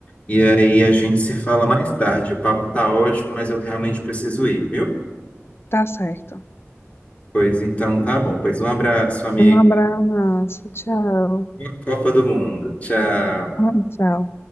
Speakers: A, on the left (about 30°); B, on the left (about 55°).
A: E aí a gente se fala mais tarde. O papo tá ótimo, mas eu realmente preciso ir, viu?
B: Tá certo.
A: Pois então tá bom. Pois um abraço, amigo.
B: Um abraço, tchau.
A: Boa Copa do Mundo. Tchau.
B: Ah, Tchau.